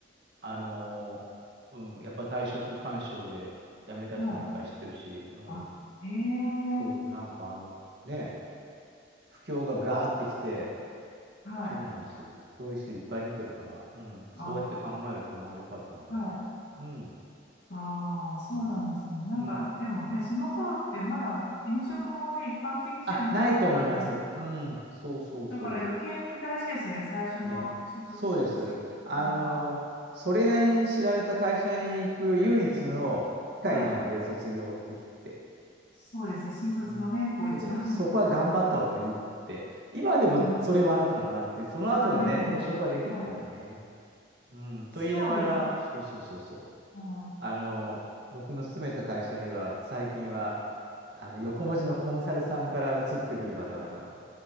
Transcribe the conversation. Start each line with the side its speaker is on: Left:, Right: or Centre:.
Right: あの、うん、やっぱ退職勧奨で辞めた人もいっぱい知ってるし、
Left: はい、
Right: うん、
Left: あ、ええ
Right: そう、なんかあの、ね、不況がガーってきて、
Left: はい、
Right: そうなんですよ。そういう人いっぱい見てるから、うん、そうやって考えると、
Left: あ
Right: まあ良かったのかなって。
Left: あ、はい、
Right: うん、
Left: ああ、そうなんですね。
Right: そうです。
Left: なんか、
Right: うん。
Left: でもね、その頃ってまだ転職もね、一般的じゃなかったじゃないですか。
Right: あ、ないと思います。うん、そうそうそ
Left: だから余計に大事ですよね、最初の就職先
Right: う。ね。そうです。あのーそれなりに知られた会社に行く唯一の機会なので、
Left: のが。はい、
Right: 卒業の時って。
Left: そうですね、新卒のね、
Right: うん。
Left: こう一番、
Right: そう、そこは頑張った方がいいって。今でもそれはあるかなって、
Left: うん、
Right: その後でね、
Left: ああ、でも、
Right: 転職はできるからね。
Left: はい
Right: うん、
Left: そうですね。
Right: と言いながら、そうそうそうそう。
Left: は
Right: あの、僕の勤めた会社には、最近は、あの、横文字のコンサルさんから移ってくる方々が